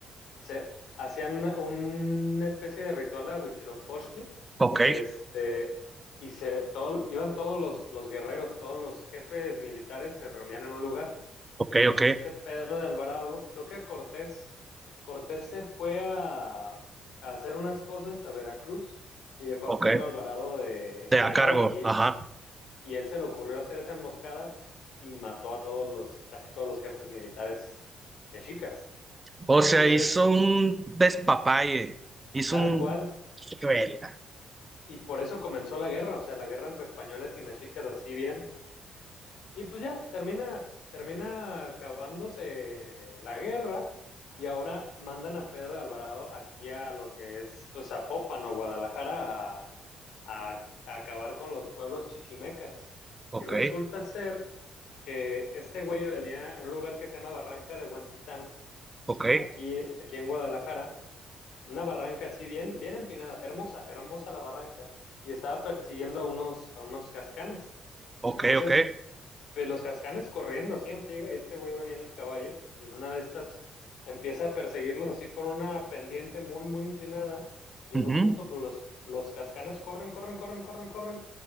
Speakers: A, on the left (about 75°); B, on the right (about 20°).
A: Se, hacían una especie de ritual a Huitzilopochtli,
B: Ok,
A: este, y se, todo, iban todos los, los guerreros, todos los jefes militares se reunían en un lugar.
B: ok,
A: Entonces
B: ok,
A: este Pedro de Alvarado, creo que Cortés, Cortés se fue a, a hacer unas cosas a Veracruz y dejó
B: ok.
A: a Pedro Alvarado de encargado.
B: Te a cargo,
A: Y
B: ajá.
A: y él se le ocurrió hacer esa emboscada y mató a todos los, casi todos los jefes militares mexicas.
B: O
A: Entonces,
B: sea, hizo un despapalle. Hizo
A: tal
B: un...
A: cual,
B: Hijuela.
A: y por eso comenzó la guerra, o sea, la guerra entre españoles y mexicas así bien, y pues ya termina, termina acabándose la guerra. Y ahora mandan a Pedro de Alvarado aquí a lo que es, pues, Zapopan o Guadalajara a, a, a acabar con los pueblos chichimecas.
B: Ok,
A: Y resulta ser que este güey venía en un lugar que se llama Barranca de Guantitán,
B: ok,
A: aquí, aquí en Guadalajara, una barranca así bien, bien empinada, hermosa, hermosa la barranca, y estaba persiguiendo a unos, a unos cascanes.
B: ok,
A: Entonces,
B: ok.
A: pues, los cascanes corriendo así en friega y este güey venía en el caballo y en una de estas empieza a perseguirlos así por una pendiente muy, muy inclinada y
B: Ujú.
A: en un punto pues, los, los cascanes corren, corren, corren, corren, corren